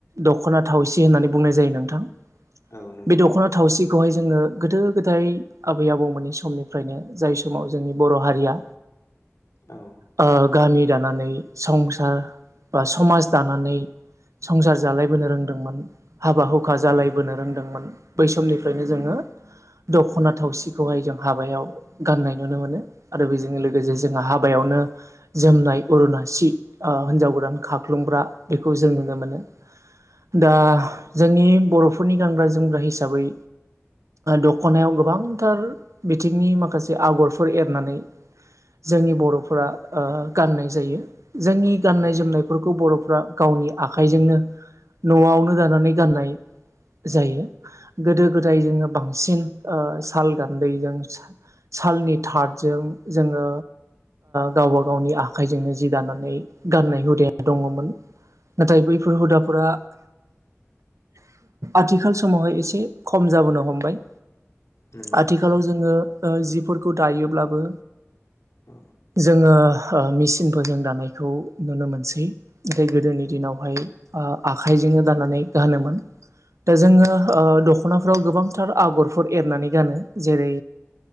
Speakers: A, on the right; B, on the left.
A: दखना थावसि होननानै बुंनाय जायो नोंथां
B: औ नों-
A: बे दखना थावसिखौहाय जो जोङो गोदो गोदाय आबै आबौमोननि समनिफ्रायनो जाय समाव जोंनि बर' हारिया
B: औ।
A: ओ गामि दानानै संसार बा समाज दानानै। संसार जालायबोनो रोंदोंमोन हाबा हुखा जालायबोनो
B: औ
A: रोंदोंमोन बै समनिफ्रायनो जोङो दख'ना थावसिखौहाय जों हाबायाव गाननाय नुनो मोनो आरो बेजों लोगोसे जोंहा हाबायावनो। जोमनाय अरुनाासि हिनजाव ओ गोदान खाख्लुमग्रा बेखौ जों नुनो मोनो। दा
B: औ
A: जोंनि बर'फोरनि गानग्रा जोमग्रा हिसाबै। दख'नायाव गोबांथार बिथिंनि माखासे आगरफोर एरनानै। जोंनि बर'फोरा ओ गाननाय जायो जोंनि गाननाय
B: औ
A: जोमनायफोरखौ बर'। फ्रा गावनि आखाइजोंनो नआवनो दानानै गाननाय जायो गोदो गोदाय जोङो बांसिन ओ साल गान्दैजों सालनि थादजों जोङो गावबा गावनि आखाइजोंनो जि दानानै गाननाय हुदे दङमोन। नाथाय बैफोर हुदाफोरा आथिखाल समावहाय एसे खम जाबोनो हमबाय।
B: नंगौ
A: आथिखालाव
B: नोंथां
A: जोङो ओ जिफोरखौ दायोब्लाबो
B: औ
A: जोङो मेचिनफोर जों दानायखौ नुनो मोनसै ओम गोदोनि दिनावहाय। आखाइजोंनो दाननानै गानोमोन दा जोङो दख'नाफ्राव गोबांथार आगरफोर एरनानै गानो जेरै